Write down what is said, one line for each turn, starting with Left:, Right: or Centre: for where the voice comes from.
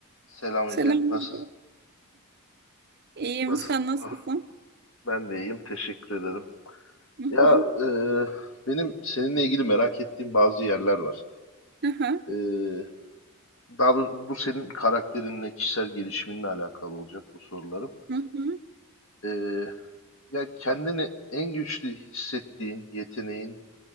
Left: Selam
Right: Selamünaleyküm.
Left: Ece. Nasılsın?
Right: İyiyim,
Left: Nasıl?
Right: sen nasılsın?
Left: Ah, Ben de iyiyim. Teşekkür ederim.
Right: Hı
Left: Ya
Right: hı,
Left: e, benim seninle ilgili merak ettiğim bazı yerler var.
Right: hı hı,
Left: E, daha doğrusu bu senin karakterinle, kişisel gelişiminle alakalı olacak bu sorularım.
Right: hı hı,
Left: E, ya kendini en güçlü hissettiğin yeteneğin